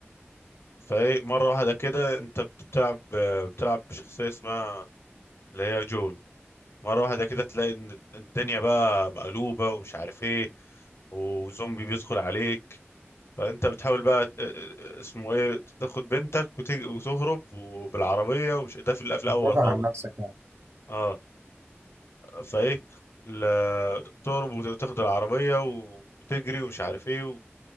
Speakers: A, on the left; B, on the right.
A: فايه مرة واحدة كده انت بتلعب بتلعب بشخصية اسمها اللي هي جول مرة واحدة كده تلاقي إن الدنيا بقى مقلوبة ومش عارف إيه وزومبي بيدخل عليك فأنت بتحاول بقى ت- آه، آه، اسمه إيه تاخد بنتك وتج- وتهرب وبالعربية ومش ده في القفل الأول
B: دافع
A: خالص
B: عن نفسك يعني
A: أه فإيه ل- تهرب وتاخد العربية وتجري ومش عارف إيه وفي